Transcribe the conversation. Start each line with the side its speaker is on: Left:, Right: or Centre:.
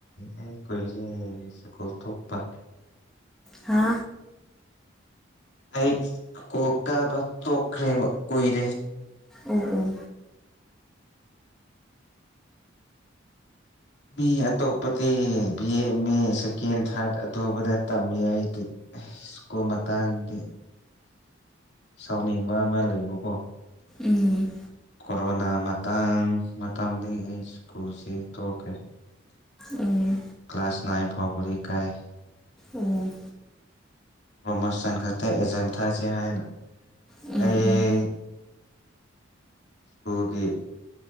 Left: ꯑꯩ ꯀꯣꯏꯁꯦ ꯁꯀꯨꯜ ꯊꯣꯛꯄ
Centre: ꯍꯥ
Left: ꯑꯩ ꯀ ꯀꯥꯕ ꯇꯣꯛꯈ꯭ꯔꯦ ꯀꯨꯏꯔꯦ
Centre: ꯑꯣ ꯑꯣ
Left: ꯃꯤ ꯑꯇꯣꯞꯄꯗꯤ ꯕꯤ ꯑꯦꯝ ꯑꯦ ꯁꯦꯀꯦꯟ ꯊꯥꯔꯠ ꯑꯗꯨꯕꯗ ꯇꯝꯃꯤ ꯑꯩꯗꯤ ꯁꯀꯣ ꯃꯇꯥꯡꯗꯤ ꯁꯥꯎꯅꯤꯡꯕ ꯑꯃ ꯂꯩꯕꯀꯣ
Centre: ꯎꯝ
Left: ꯀꯣꯔꯣꯅꯥ ꯃꯇꯥꯡ ꯃꯇꯥꯡꯗꯒꯤ ꯑꯩ ꯁ꯭ꯀꯨꯜꯁꯦ ꯇꯣꯛꯀꯦ ꯀ
Centre: ꯎꯝ
Left: ꯀ꯭ꯂꯥꯁ ꯅꯥꯏ ꯐꯥꯎꯕ ꯀꯥꯏ
Centre: ꯑꯣ
Left: ꯄꯣꯃꯣꯁꯟꯇ ꯑꯦꯖꯦꯝ ꯊꯥ ꯆꯥꯏ ꯑꯩ
Centre: ꯎꯝ ꯎꯝ
Left: ꯁ꯭ꯀꯨꯜꯒꯤ